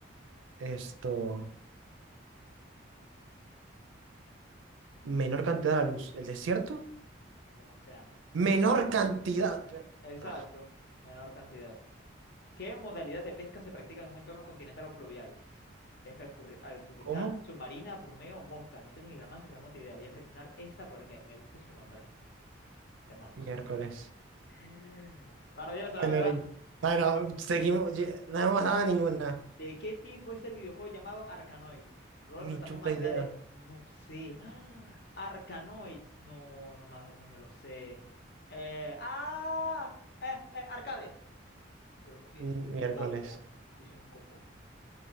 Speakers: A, on the right (about 75°); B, on the left (about 50°).
A: Esto, menor cantidad de luz. ¿El desierto?
B: Los océanos.
A: Menor cantidad, pero...
B: Exacto.
A: Ah,
B: Menor cantidad. ¿Qué modalidad de pesca se practica en un entorno continental o fluvial? Pesca al, curri- al curricán,
A: ¿cómo?
B: submarina, brumeo, mosca. No tengo ni la más remota idea. Voy a seleccionar esta porque me gusta su nombre. Demonios.
A: Miércoles.
B: <laughs> Maravilloso,
A: Ay,
B: la verdad.
A: nariz. Ay, no, seguimos, ye- no hemos dado ninguna,
B: ¿De qué tipo es el videojuego llamado Arkanoid? Rol,
A: ni
B: plataforma,
A: chuta
B: arcade.
A: idea.
B: No sé. ¡Ah! Arkanoid. No, no, ma- no me lo sé. Eh, ¡Ah! Eh, eh, arcade. Yo lo que soy
A: Mm,
B: es un
A: Miércoles,
B: coco. Yo soy un coco.